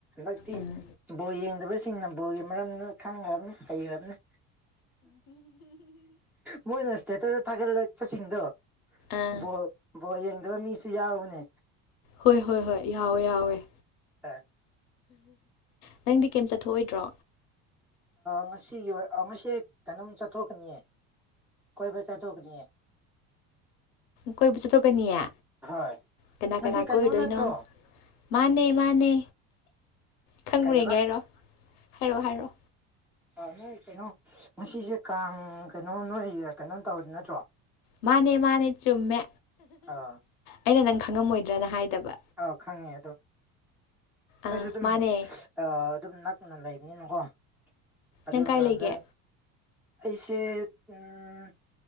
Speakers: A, in the centre; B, on the left.
A: ꯑꯛꯇꯤ
B: ꯎꯝ
A: ꯕꯣꯜ ꯌꯦꯡꯗꯕꯁꯤꯡꯅ ꯕꯣꯜꯒꯤ ꯃꯔꯝꯗꯨ ꯈꯪꯈ꯭ꯔꯕꯅꯤ ꯍꯩꯈ꯭ꯔꯕꯅꯤ ꯃꯣꯏꯅ ꯏꯁꯇꯦꯇꯗ ꯊꯥꯒꯠꯂꯛꯄꯁꯤꯡꯗꯣ
B: ꯑꯥ
A: ꯕꯣ ꯕꯣ ꯌꯦꯡꯗꯕ ꯃꯤꯁꯨ ꯌꯥꯎꯕꯅꯦ
B: ꯍꯣꯏ ꯍꯣꯏ ꯍꯣꯏ ꯌꯥꯎꯋꯦ ꯌꯥꯎꯋꯦ
A: ꯑ
B: ꯅꯪꯗꯤ ꯀꯩꯝ ꯆꯠꯊꯣꯛꯑꯣꯏꯗ꯭ꯔꯣ
A: ꯉꯁꯤꯒꯤ ꯉꯁꯤ ꯀꯩꯅꯣꯝ ꯆꯠꯊꯣꯛꯀꯅꯤꯌꯦ ꯀꯣꯏꯕ ꯆꯠꯊꯣꯛꯀꯅꯤꯌꯦ
B: ꯀꯣꯏꯕꯨ ꯆꯠꯊꯣꯛꯀꯅꯤꯌꯦ
A: ꯍꯣꯏ
B: ꯀꯅꯥ
A: ꯉꯁꯤ
B: ꯀꯅꯥ
A: ꯀꯩꯅꯣ
B: ꯀꯣꯏꯔꯨꯗꯣꯏꯅꯣ
A: ꯅꯠꯇ꯭ꯔꯣ
B: ꯃꯥꯅꯦ ꯃꯥꯅꯦ ꯈꯪꯕ꯭ꯔ
A: ꯀꯩꯕ
B: ꯌꯦꯡꯒꯦ ꯍꯥꯏꯔꯣ ꯍꯥꯏꯔꯛꯑꯣ ꯍꯥꯏꯔꯛꯑꯣ
A: ꯑ ꯅꯣꯏ ꯀꯩꯅꯣ ꯉꯁꯤꯁꯦ ꯀꯥꯡ ꯀꯩꯅꯣꯝ ꯅꯣꯏ ꯀꯩꯅꯣꯝ ꯇꯧꯗꯤ ꯅꯠꯇ꯭ꯔꯣ
B: ꯃꯥꯅꯦ ꯃꯥꯅꯦ ꯆꯨꯝꯃꯦ
A: ꯑꯥ
B: ꯑꯩꯅ ꯅꯪ ꯈꯪꯉꯝꯃꯣꯏꯗ꯭ꯔꯅ ꯍꯥꯏꯗꯕ
A: ꯑꯥꯎ ꯈꯪꯉꯦ ꯑꯗꯨꯝ ꯑꯩꯈꯣꯏꯁꯨ
B: ꯑꯥ
A: ꯑꯗꯨꯝ
B: ꯃꯥꯅꯦ
A: ꯑ ꯑꯗꯨꯝ ꯅꯛꯅ ꯂꯩꯕꯅꯤꯅꯀꯣ ꯑꯗꯨꯒꯤ
B: ꯅꯪ ꯀꯥꯏ
A: ꯃꯔꯝꯗ
B: ꯂꯩꯒꯦ
A: ꯑꯩꯁꯦ ꯑꯝ